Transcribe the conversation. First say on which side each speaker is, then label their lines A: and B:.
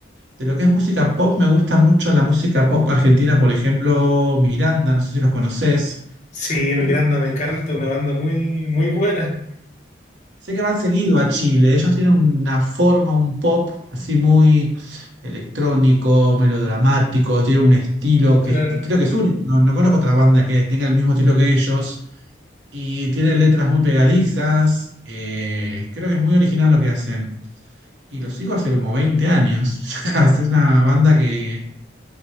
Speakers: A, on the right; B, on the left.
A: De lo que es música pop, me gusta mucho la música pop argentina, por ejemplo, Miranda, no sé si los conoces.
B: Sí, Miranda
A: Sí.
B: me encanta, una banda muy, muy buena,
A: Sé que van seguido a Chile, ellos tienen una forma, un pop así muy electrónico, melodramático, tienen un estilo
B: claro.
A: que es- creo que es único, no, no conozco otra banda que tenga el mismo estilo que ellos y tienen letras muy pegadizas, eh, creo que es muy original lo que hacen y los sigo hace como 20 años, <laughs> o sea, es una banda que